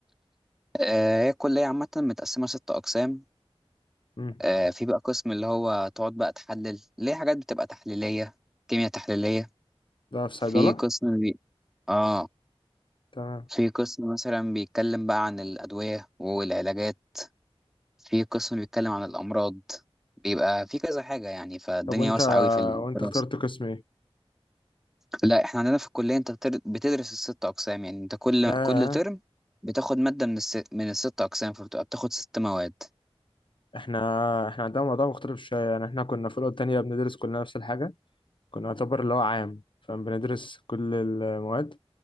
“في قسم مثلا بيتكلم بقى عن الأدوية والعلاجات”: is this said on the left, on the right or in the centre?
Centre